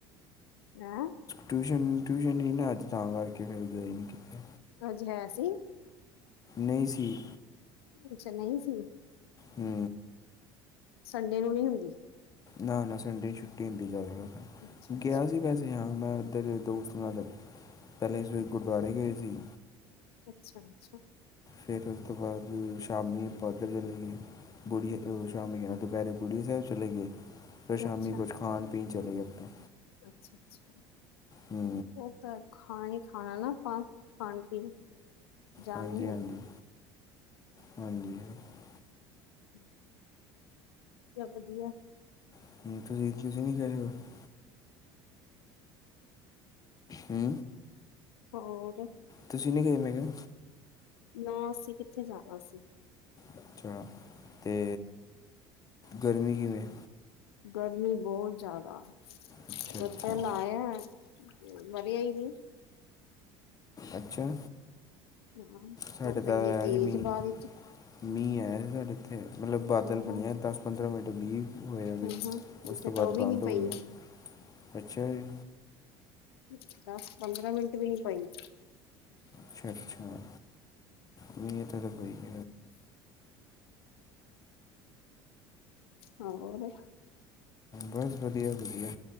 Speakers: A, on the left (about 85°); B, on the left (about 30°).
A: ਹੈ
B: ਟਿਊਸ਼ਨ-ਟਿਊਸ਼ਨ ਨੀ ਨਾ ਅੱਜ ਤਾਂ ਕਰਕੇ ਫਿਰ ਗਏ ਨੀ ਕਿਤੇ।
A: ਅੱਜ ਹੈ ਸੀ।
B: ਨਈ ਸੀ।
A: ਅੱਛਾ ਨਈ ਸੀ।
B: ਹੂੰ।
A: ਸੰਡੇ ਨੂੰ ਨਹੀਂ ਹੁੰਦੀ।
B: ਨਾ ਨਾ ਸੰਡੇ ਨੂੰ ਛੁੱਟੀ ਹੁੰਦੀ ਜ਼ਿਆਦਾ
A: ਅੱਛਾ ਅੱਛਾ
B: ਗਿਆ ਸੀ ਵੈਸੇ ਤੇ ਹਾਂ ਮੈਂ ਇੱਧਰ ਦੋਸਤ ਨਾਲ ਪਹਿਲੇ ਅਸੀ ਗੁਰੂਦਆਰੇ ਗਏ ਸੀ
A: ਅੱਛਾ ਅੱਛਾ।
B: ਫਿਰ ਉਸ ਤੋਂ ਬਾਅਦ ਸ਼ਾਮੀ ਆਪਾ ਓਧਰ ਚਲੇ ਗਏ। ਬੁੜੀ ਸ਼ਾਮੀ ਕ ਦੁਪਹਿਰੇ ਬੁੜੀ ਸਾਹਿਬ ਚਲੇ ਗਏ। ਫੇਰ ਸ਼ਾਮੀ
A: ਅੱਛਾ
B: ਕੁਛ ਖਾਣ ਪੀਣ ਚਲੇ ਗਏ ਆਪਾਂ।
A: ਅੱਛਾ ਅੱਛਾ
B: ਹੂੰ
A: ਉਹ ਤਾਂ ਖਾਣਾ ਹੀ ਖਾਣਾ ਨਾ ਆਪਾਂ। ਖਾਣ ਪੀਣ ਜਾਣਾ
B: ਹਾਂਜੀ
A: ਹੀ ਹੈ।
B: ਹਾਂਜੀ ਹਾਂਜੀ। ਹੂੰ,
A: ਹੂੰ ਹੂੰ ਚੱਲ ਵਧੀਆ।
B: <inaudible> ਹੂੰ।
A: ਹੋਰ।
B: ਤੁਸੀਂ ਨੀ ਗਏ ਮੈਂ ਕਿਹਾ।
A: ਨਾ ਅਸੀਂ ਕਿੱਥੇ ਜਾਣਾ ਸੀ।
B: ਅੱਛਾ ਤੇ ਗਰਮੀ ਕਿਵੇਂ।
A: ਗਰਮੀ ਬਹੁਤ ਜ਼ਾਦਾ, <inaudible>
B: ਅੱਛਾ ਅੱਛਾ
A: ਲਾਇਆ ਹੋਇਐ। ਮਰਿਆ ਈ ਨੀ
B: ਅੱਛਾ।
A: ਹਾਂ,
B: ਸਾਡੇ
A: ਧੁੱਪ
B: ਤਾਂ
A: ਇੰਨੀ
B: ਆਇਆ
A: ਤੇਜ਼
B: ਸੀ ਮੀਂਹ
A: ਬਾਅਦ ਵਿੱਚ।
B: ਮੀਂਹ ਆਇਆ ਸੀ ਸਾਡੇ। ਐਥੇ ਮਤਲਬ ਬਾਦਲ
A: ਆਹਾਂ
B: ਬਣਿਆ, ਦਸ ਪੰਦਰਾਂ ਮਿੰਟ ਮੀਂਹ ਹੋਇਆ ਵੇ,
A: ਆਹਾਂ
B: ਉਸ
A: ਇੱਥੇ
B: ਤੋਂ ਬਾਅਦ
A: ਤਾਂ ਉਹ ਵੀ
B: ਬੰਦ
A: ਨੀ
B: ਹੋ
A: ਪਈ
B: ਗਿਆ। ਅੱਛਾ ਜੀ।
A: ਇਥੇ ਤਾਂ ਦਸ ਪੰਦਰਾਂ ਮਿੰਟ ਵੀ ਨਹੀਂ ਪਈ।
B: ਅੱਛਾ- ਅੱਛਾ, ਨਹੀਂ ਐਥੇ ਤਾਂ ਪਈ <inaudible>
A: ਹਾਂ, ਹੋਰ
B: ਬਸ ਵਧੀਆ- ਵਧੀਆ।